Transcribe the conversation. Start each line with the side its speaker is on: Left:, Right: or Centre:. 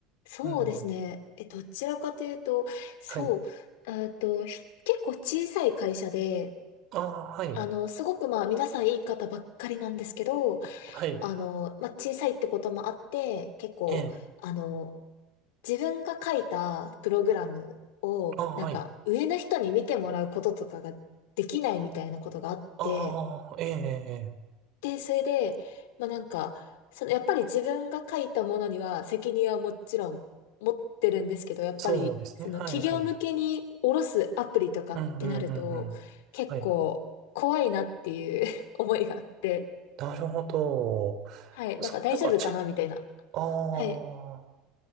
Left: そうですね。
Right: うん。
Left: え、どちらかというと、そう、
Right: はい。
Left: えっと、ひ結構小さい会社で、
Right: ああ、はい。
Left: あの、すごくまあ皆さんいい方ばっかりなんですけど、
Right: はい。
Left: あの、まあ小さいってこともあって、結構、
Right: ええ。
Left: あの、自分が書いたプログラムを、
Right: ああ、
Left: なんか上の人に見てもらうこととかができないみたいなことがあって、
Right: はい。ああ、ええ、ええ。
Left: で、それで、まあなんか、そのやっぱり自分が書いたものには責任はもちろん持ってるんですけど、やっぱりその企業向けに下ろすアプリとかってなると、
Right: そうですね。はい、はい、はい。うん、うん、うん、うん。
Left: 結構怖いなっていう
Right: はい。
Left: <laughs> 思いがあって、
Right: なるほど。
Left: はい、なんか大丈夫かなみたいな。
Right: そういうなんかチェック、ああ、
Left: はい。